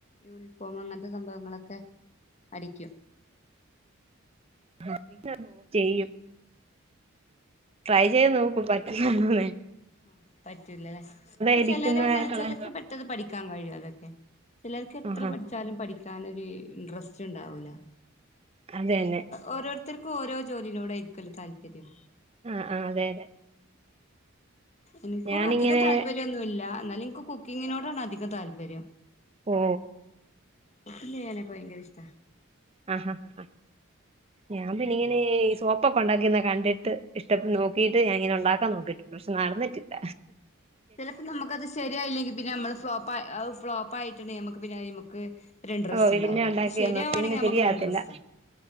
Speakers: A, on the left; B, on the right.
A: യൂണിഫോം അങ്ങനത്തെ സംഭവങ്ങളൊക്കെ അടിക്കും
B: <unintelligible> ചെയ്യും. ട്രൈ ചെയ്ത് നോക്കും പറ്റ്ന്നതാണോന്ന്.
A: ആഹ് പറ്റൂലല്ലേ
B: ഇരിക്കുന്ന
A: ചെലരങ്ങനെ
B: കള-
A: ചെലർക്ക് പെട്ടന്ന് പഠിക്കാൻ കഴിയും അതൊക്കെ. ചെലർക്ക് എത്ര
B: ആഹാ
A: പഠിച്ചാലും പഠിക്കനൊര് ഇൻട്രസ്റ്റ്ണ്ടാവൂല
B: അത് തന്നെ
A: ഓരോര്ത്തർക്കും ഓരോ ജോലിനോടാരിക്കല്ലോ താൽപര്യം.
B: ആഹ് ആഹ് അതെ അതെ
A: എനിക്കും
B: ഞാനിങ്ങനെ
A: അധികം താൽപര്യന്നുല്ല ന്നാലും ൻക്ക് കുക്കിങ്ങിനോടാണ് അധികം താൽപര്യം.
B: ഓ
A: ഇഡ്ലി ആണെ ഭയങ്കരിഷ്ട്ടാ
B: ആഹ് ആഹ് ആഹ് ആഹ് ഞാൻ പിന്നിങ്ങനെ ഈ സോപ്പൊക്കെ ഒണ്ടാക്ക്ന്ന കണ്ടിട്ട് ഇഷ്ട്ട നോക്കിട്ട് ഞാനിങ്ങനെണ്ടാക്കാൻ നോക്കിട്ട്ണ്ട്. പഷേ നടന്ന്ട്ടില്ല.
A: ചെലപ്പോ നമ്മക്കത് ശെരിയായില്ലെങ്കി പിന്നെ നമ്മള് ഫ്ലോപ്പായ ഫ്ലോപ്പായിട്ട്ണ്ടെങ്കി ഞമ്മക്ക്പിന്നെ അയ്മ്മക്ക് രിൻട്രസ്റ്റ്ണ്ടാവൂല
B: ഓ പിന്നെ ഉണ്ടാക്കിയൊന്നും
A: അത് ശെരിയാവാണെങ്കി
B: പിന്നെ
A: ഞമ്മക്കൊര്
B: ശരിയാകത്തില്ല
A: ഇൻട്രസ്റ്റാ